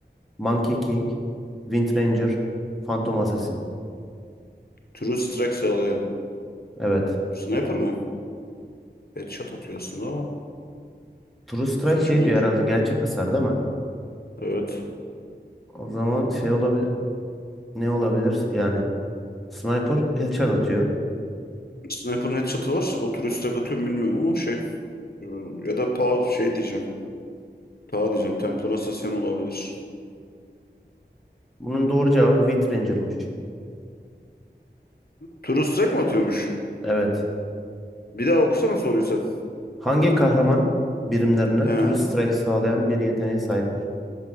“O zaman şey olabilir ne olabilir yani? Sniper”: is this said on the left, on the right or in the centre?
Centre